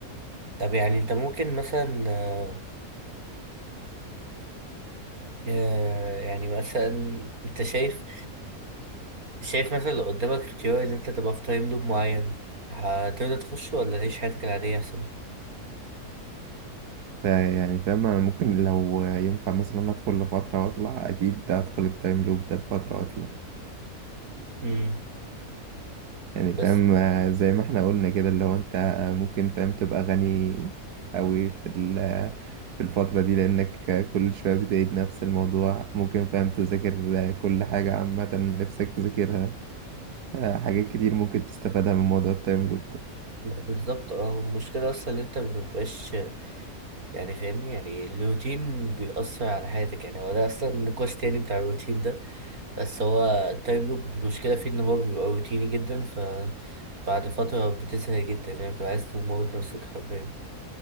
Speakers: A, on the right; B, on the right.
A: طب يعني أنت ممكن مثلا آه، آه، يعني مثلا أنت شايف شايف مثلا لو قدامك اختيار ان انت تبقى في تايم لوب معين هتقدر تخش ولا تعيش حياتك العادية احسن
B: يعني فاهم انا ممكن لو ينفع مثلا ادخل لفترة واطلع اكيد ادخل التايم لوب ده لفترة واطلع
A: امم
B: يعني
A: بس
B: فاهم آه، زي ما احنا قلنا كده اللي هو انت ممكن فاهم تبقى غني قوي في ال- في الفترة دي لانك كل شوية بتعيد نفس الموضوع ممكن فاهم تذاكر كل حاجة عامة نفسك تذاكرها آه، حاجات كتير ممكن تستفادها من موضوع التايم لوب ده
A: ما بالظبط اه المشكلة اصلا ان انت مبتبقاش يعني فاهمني يعني الروتين بيأثر على حياتك يعني هو ده اصلا نقاش تاني بتاع الروتين ده بس هو التايم لوب المشكلة فيه ان هو بيبقى روتيني جدا ف بعد فترة بتزهق جدا يعني بتبقى عايز تموت نفسك حرفيا